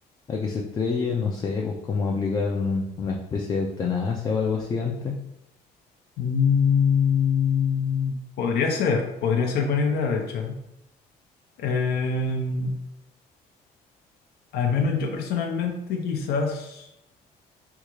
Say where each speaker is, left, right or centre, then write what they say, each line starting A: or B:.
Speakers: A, on the left; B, on the left.
A: a que se estrelle, no sé, pues como aplicar un- una especie de eutanasia o algo así antes.
B: Mm, podría ser, podría ser buena idea, de hecho. Em, al menos yo personalmente quizás